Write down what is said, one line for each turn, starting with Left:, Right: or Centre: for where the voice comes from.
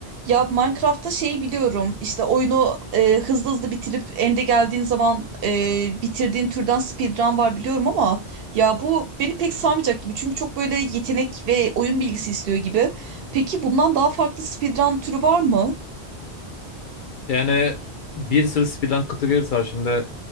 Right: Ya Minecraft'ta şeyi biliyorum. İşte oyunu e, hızlı hızlı bitirip end'e geldiğin zaman e, bitirdiğin türden speedrun var biliyorum ama ya bu beni pek sarmayacak gibi. Çünkü çok böyle yetenek ve oyun bilgisi istiyor gibi. Peki bundan daha farklı speedrun türü var mı?
Left: Yani bir sürü speedrun kategorisi var. Şimdi